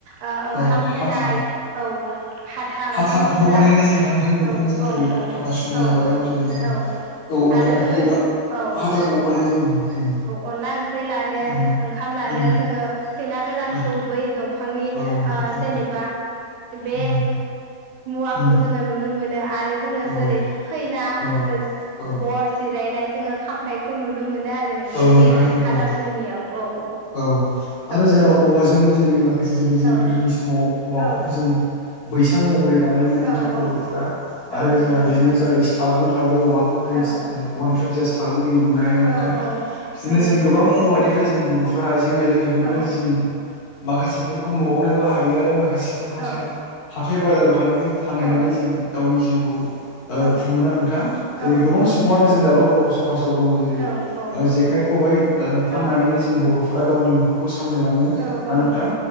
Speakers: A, on the right; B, on the left.
A: ओ ओंखाम
B: औ
A: होनाय
B: हाथा
A: औ हाथा
B: हाथाखौबो
A: ओंखाम होग्रा
B: बानायनाय जायोना नोंथां दंफांजों
A: औ-औ-औ-औ-औ
B: जेरै हाथासुनि हाबायाव जेरै जों औ अनला
A: आरो
B: ओंख्रि
A: जोङो
B: एबा
A: औ-औ
B: हाथाखौबो बानायनाय जायो
A: अनला ओंख्रि लानो
B: उम
A: ओंखाम ला
B: उम
A: जोङो खैना गोदानखौ
B: उम
A: बै दं फांनि
B: उम औ नोंथां
A: आं जेनेबा
B: औ
A: बे
B: उम
A: मुवाखौ
B: उम
A: जोङो नुनो मोनो आर आरो जोङो
B: औ
A: जेरै
B: औ
A: खैना
B: औ औ
A: ओस बर जिरायनाय जोङो खामफ्लइखौ नुनो मोनो। नो आरो नोंथां
B: औ
A: बे
B: औ
A: हाथासुनियाव
B: औ
A: औ।
B: औ आरो
A: औ
B: जोंहा औवाजोंबो जेरै माखासे जेरै जों
A: औ
B: गोदोनि समाव औवाखौबो
A: औ
B: जों बैसां म हरै बानायोमोन
A: औ
B: नोंथां
A: औ
B: बर'फोरा
A: औ
B: आरो
A: नंगौ
B: जोंहा
A: नोंथां
B: बेजोंनो जै सागं थाबाय औवाखौबो जों
A: औ
B: ओ औवानिफ्राय साग'गिरि मोननो हायो ना नोंथां
A: औ औ
B: बिदिनो
A: नंगौ
B: जों
A: नोंथां
B: गोबां औवानिफ्राय जों बर'फ्रा आइजें आइलाय दिहुननानै
A: औ
B: जों माखासेफोरखौ न'आवनो बाहायो आरो माखासेफोरखौ बिदिनो
A: औ
B: हाथाय बाजाराव थांनानै फानहैनानै
A: औ
B: जों गावनि जिउखौ ओ
A: औ
B: खुङोना नोंथां जेरै
A: औ
B: गोबां
A: नंगौ नोंथां
B: सुबुङानो जों दाबो बर' <unintelligible> दङ जेरै
A: औ औ
B: ओ जेखाय खबाइ ओ फाननानैनो
A: औ
B: जों बर'फोरा गावनि न'खरखौ साम सामलायलाङो
A: औ औ
B: ना नोंथां
A: नंगौ